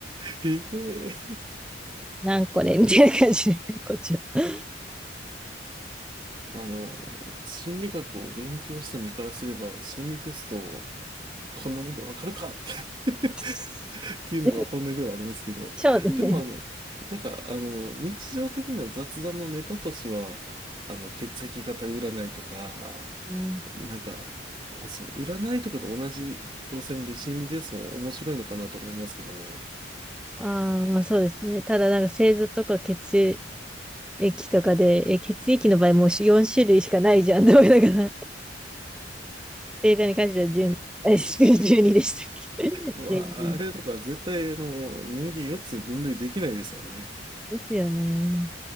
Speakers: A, on the right; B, in the centre.
A: へえ。
B: なんこれ <laughs> みたいな感じで、こっちは。
A: あの、心理学を勉強した身からすれば、心理テストをこんなもんでわかるかって <laughs>
B: <laughs>
A: っていうのが本音ではありますけど。
B: そうね。
A: でもあの、なんかあの、日常的な雑談のネタとしては、あの、血液型占いとか、
B: うん。
A: なんか、まあ、その占いとかと同じ路線で心理テストも面白いのかなと思いますけどね。
B: ああ、そうですね。ただ、なんか星座とか血液とかで、え、血液の場合もう4種類しかないじゃん。どうだから、<laughs> 星座に関しては12、あ12 <laughs> でしたっけじゅうに
A: うわあ、れとか絶対あの人間4つに分類できないですよね。
B: <laughs> ですよね。